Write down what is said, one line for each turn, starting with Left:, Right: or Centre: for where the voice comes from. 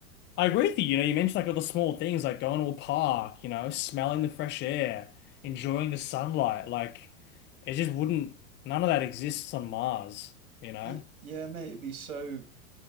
Left: I agree with you. You know, you mentioned like all the small things, like going to a park, you know, smelling the fresh air, enjoying the sunlight. Like it just wouldn't. None of that exists on Mars. You know?
Right: Y- yeah, mate. It'd be so